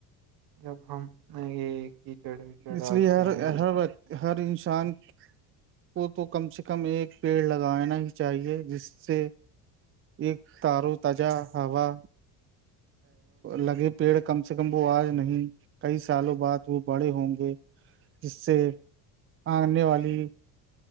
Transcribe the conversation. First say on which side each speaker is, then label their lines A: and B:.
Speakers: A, on the right (about 60°); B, on the right (about 30°).
A: جب ہم یہ کیچڑ وچڑ
B: اس
A: ڈالتے
B: لیے ہر
A: ہیں اس
B: ہر وقت ہر انسان کو تو کم سے کم ایک پیڑ لگانا ہی چاہیے جس سے ایک تارو تجا ہوا لگے پیڑ کم سے کم وہ آج نہیں کئی سالوں بعد وہ بڑے ہوں گے جس سے آگنے والی